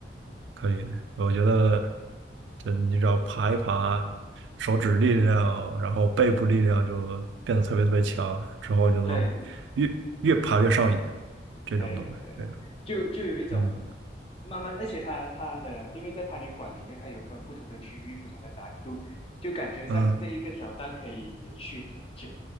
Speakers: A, on the right; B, on the left.
A: 可以，我觉得就你只要爬一爬，手指力量，然后背部力量就变得特别特别强，之后就能越越爬越上瘾，
B: 对
A: 这种东西，
B: 对对对对，
A: 这个，
B: 就就有一种
A: 嗯
B: 慢慢，而且它它的，因为在攀岩馆里面，它有分不同的区域、不同的难度，就感觉上这一个挑战可以延续很久
A: 嗯，